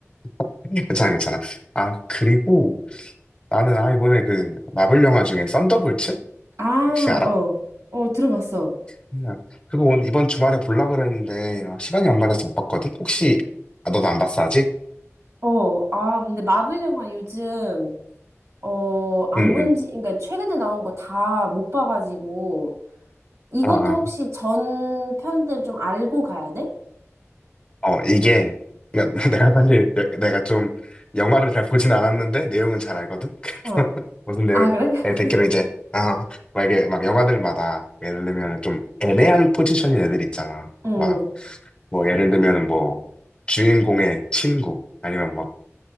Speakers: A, on the left (about 20°); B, on the right (about 80°).
A: <laughs> 괜찮아 괜찮아. 아 그리고 나는 아 이번에 그 마블 영화 중에 썬더볼츠
B: 아,
A: 혹시 알아?
B: 어. 어, 들어봤어.
A: 그냥 그거 오늘 이번 주말에 볼라 그랬는데 아, 시간이 안 맞아서 못 봤거든. 혹시 아, 너도 안 봤어 아직?
B: 어, 아, 근데 마블 영화 요즘, 어, 안
A: 응응.
B: 본 지, 그러니까 최근에 나온 거 다 못 봐가지고, 이것도
A: 아, 아.
B: 혹시 전 편들 좀 알고 가야 돼?
A: 어 이게 그러니까 <laughs> 내가 사실 여- 내가 좀 영화를 잘 보진 않았는데 내용은 잘 알거든. <laughs>
B: 어.
A: 그래서 무슨 내용?
B: 아, 그래? <laughs>
A: 내가 듣기로 이제 아 막 이게 막 영화들마다 예를 들면 좀 애매한 포지션인 애들 있잖아.
B: 응,
A: 막 뭐 예를 들면은 뭐 주인공의 친구 아니면 막